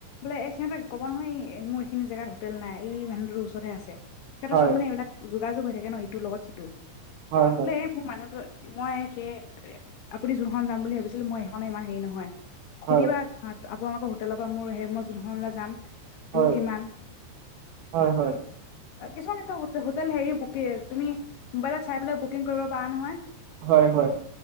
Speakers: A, on the left (about 70°); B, on the right (about 80°).
A: বোলে এই সিহতে ক'ব নহয় এই মোৰ এইখিনি জেগাত হোটেল নাই এই ইমানদূৰ ওচৰতহে আছে। সিহঁতৰ
B: হয়
A: চব মানে এইবিলাক যোগাযোগ হৈ থাকে ন' ইটোৰ লগত সিটো।
B: হয় হয়
A: বোলে এই মোৰ মানুহতো মই সেই আপুনি যোনখন যাম বুলি ভাবিছিলো মই সেইখনত ইমান হেৰি নহয়। সুধিবা
B: হয়
A: আপোনালোকৰ হোটেলৰ পৰা মোৰ সেই মই যোনখনলৈ যাম দূৰ
B: হয়
A: কিমান?
B: হয় হয়
A: অ'কিছুমান এনেকা হোটেল হেৰি, বুকে তুমি মোবাইলত চাই পেলাইও বুকিং কৰিব পাৰা নহয়
B: হয়। হয়।